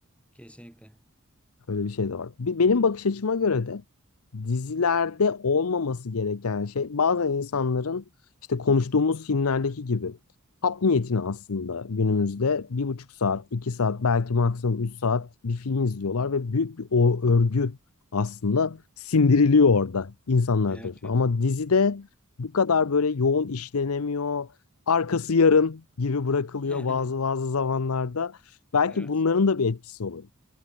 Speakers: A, in the centre; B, on the left.
A: Kesinlikle.
B: Öyle bir şey de var. Bi- Benim bakış açıma göre de dizilerde olmaması gereken şey bazen insanların işte konuştuğumuz filmlerdeki gibi hap niyetine aslında günümüzde bir buçuk saat, iki saat belki maksimum üç saat bir film izliyorlar ve büyük bir o örgü aslında sindiriliyor orada insanlar
A: Evet,
B: tarafından.
A: evet.
B: Ama dizide bu kadar böyle yoğun işlenemiyor. Arkası yarın gibi bırakılıyor
A: <laughs>
B: bazı bazı zamanlarda. Belki
A: Evet,
B: bunların da bir etkisi olur.